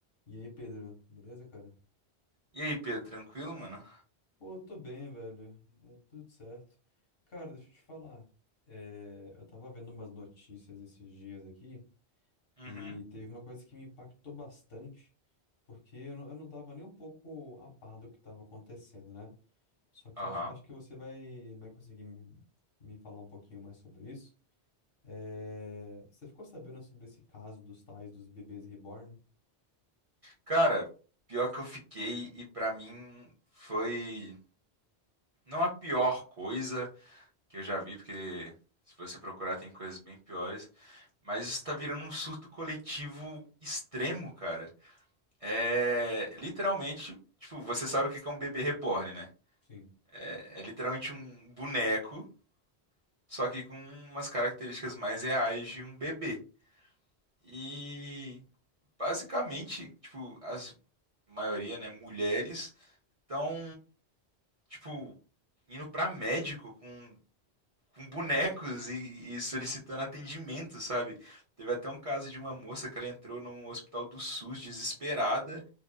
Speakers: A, on the left; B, on the right.
A: E aí, Pedro, beleza, cara?
B: E aí, Pedro, tranquilo, mano?
A: Pô, eu tô bem, velho. É tudo certo. Cara, deixa eu te falar. É, eu tava vendo umas notícias esses dias aqui
B: Uhum.
A: e teve uma coisa que me impactou bastante, porque eu não, eu não tava nem um pouco a par do que tava acontecendo, né? Só que
B: Aham.
A: eu acho, acho que você vai, vai conseguir me, me falar um pouquinho mais sobre isso. É, você ficou sabendo sobre esse caso dos tais dos bebês reborn?
B: Cara, pior que eu fiquei e pra mim foi não a pior coisa que eu já vi, porque se você procurar tem coisas bem piores, mas isso tá virando um surto coletivo extremo, cara. É literalmente, tipo, você sabe o que que é um bebê reborn, né?
A: Sim,
B: É, é literalmente um boneco, só que com umas características mais reais de um bebê. E basicamente, tipo, as maioria, né, mulheres, estão, tipo, indo pra médico com, com bonecos e, e solicitando atendimento, sabe? Teve até um caso de uma moça que ela entrou no hospital do SUS desesperada,